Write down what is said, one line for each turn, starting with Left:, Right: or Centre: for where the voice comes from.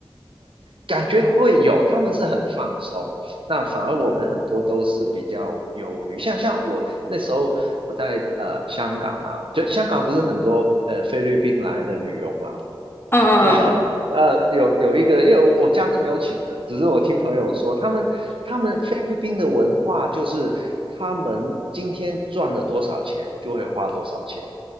Right: 感觉会有，他们是很放松，那反而我们很多都是比较忧虑，像像我那时候我在呃香港啊，就香港不是很多呃菲律宾来的女佣嘛，
Left: 嗯嗯嗯，
Right: 那呃有有一个，因为我我家是没有请的，只是我听朋友说，他们他们菲律宾的文化就是他们今天赚了多少钱就会花多少钱。